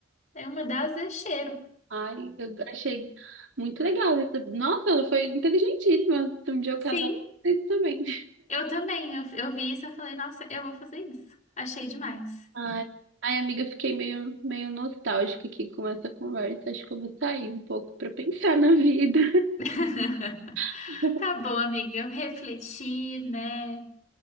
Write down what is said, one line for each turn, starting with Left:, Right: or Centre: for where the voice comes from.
Left: é uma das é cheiro.
Right: Ai, eu achei muito legal isso. Nossa, ela foi inteligentíssima. Um dia eu
Left: Sim.
Right: casava com isso também.
Left: Eu também, eu, eu vi isso, eu falei, nossa, eu vou fazer isso. Achei demais.
Right: Ai, ai, amiga, eu fiquei meio, meio nostálgica aqui com essa conversa. Acho que eu vou sair um pouco pra pensar na vida.
Left: <laughs>
Right: <laughs>
Left: Tá bom, amiga, eu refleti, né?